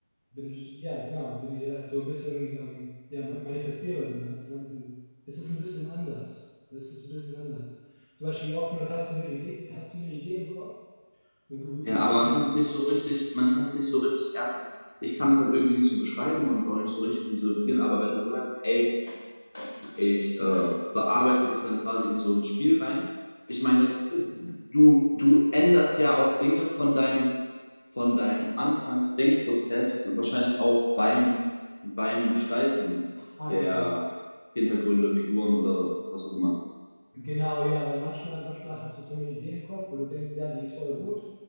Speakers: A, on the left; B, on the left.
A: wenn du, ja, genau, wenn die halt so ein bisschen ähm, ja, ma- manifestierbar sind, dann, dann, dann ist es ein bisschen anders. Es ist ein bisschen anders. Zum Beispiel oftmals hast du eine Idee, hast du eine Idee im Kopf und du,
B: Ja,
A: du,
B: aber
A: stu-
B: man kann es nicht so richtig, man kann es nicht so richtig, erstens, ich kann es dann irgendwie nicht so beschreiben und auch nicht so richtig visualisieren, aber wenn du sagst, ey, ich äh, bearbeite das dann quasi in so ein Spiel rein, ich meine, äh, du, du änderst ja auch Dinge von deinem, von deinem Anfangsdenkprozess, wahrscheinlich auch beim, beim Gestalten
A: ah,
B: der
A: genau,
B: Hintergründe, Figuren oder was auch immer.
A: Genau, ja, weil manchmal, manchmal hast du so eine Idee im Kopf, wo du denkst, ja, die ist voll gut